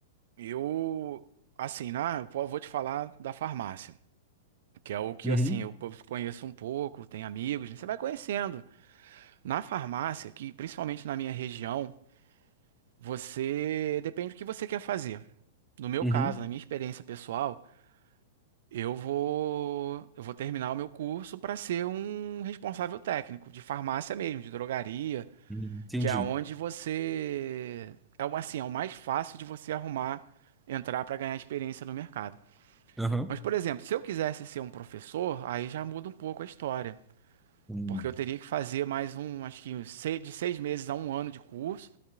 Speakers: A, on the right; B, in the centre.
A: eu, assim, né, eu po- vou te falar da farmácia, que é o que,
B: Uhum,
A: assim, eu co- conheço um pouco, tenho amigos, né, você vai conhecendo. Na farmácia, que principalmente na minha região, você depende do que você quer fazer. No meu
B: uhum.
A: caso, na minha experiência pessoal, eu vou, eu vou terminar o meu curso para ser um responsável técnico de farmácia mesmo, de drogaria.
B: Hum, Entendi.
A: Que é onde você. É o- assim, é o mais fácil de você arrumar, entrar para ganhar experiência no mercado.
B: Aham.
A: Mas, por exemplo, se eu quisesse ser um professor, aí já muda um pouco a história.
B: Hum.
A: Porque eu teria que fazer mais um, acho que uns sei- de seis meses a um ano de curso,